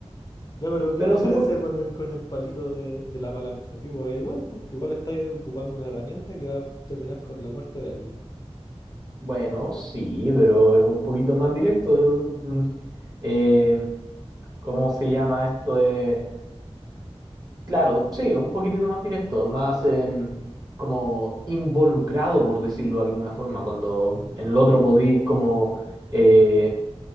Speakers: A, on the left; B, on the right.
A: Ya,
B: <laughs>
A: pero ¿qué
B: Pero
A: diferencia
B: supo...
A: con el, con el palito de, de la palanca? Tipo, es igual, pues. Igual estáis ocupando una herramienta que va a terminar con la muerte de alguien.
B: Bueno, sí, pero es un poquito más directo. es un- un- eh, ¿cómo se llama esto? de- claro, sí, un poquitito más directo, más em, como involucrado, por decirlo de alguna forma, cuando en el otro podí como... eh,